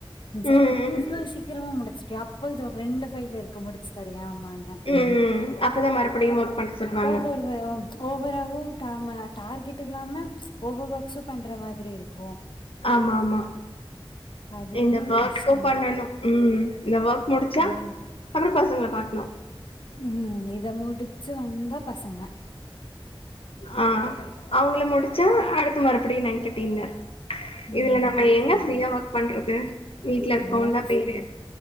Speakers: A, on the left; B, on the left.
A: செரி
B: ம் ம்
A: இவ்ளோ சீக்கிரமா முடிச்சுட் அப்போ இது ஒரு ரெண்டூ ஃபைல் இருக்கு முடிச்சு தரியாம்மா ன்னா
B: ம் ம் அப்பதான் மறுபடியும்
A: தப்பு
B: ஒர்க் பண்ண சொல்லுவாங்க
A: ஓவ்வர் வே ஓவராவும் டா ம டார்கெட் இல்லாம ஒவர் ஒர்க்சூ பண்ற மாதிரி இருக்கோ
B: ஆமாம்மா
A: அதுவு
B: இங்க ஒர்க்கூ
A: கஷ்டோ
B: பண்ணணூ ம் இந்த ஒர்க் முடிச்சா
A: ம்
B: அப்புறம் பசங்கள பாக்ணூ
A: ம் ஹூம் இத முடிச்சி வந்தா பசங்க
B: ஆ அவுங்கள முடிச்சா அடுத்த மறுபடியூ நைட்டு டின்னர்
A: ம்
B: இதுல நம்ம எங்க
A: சேரி
B: ஃப்ரீயா ஒர்க் பண்றது வீட்ல இருக்கோ
A: ஒர்க்
B: தா
A: ஃப்ரம்
B: பேரூ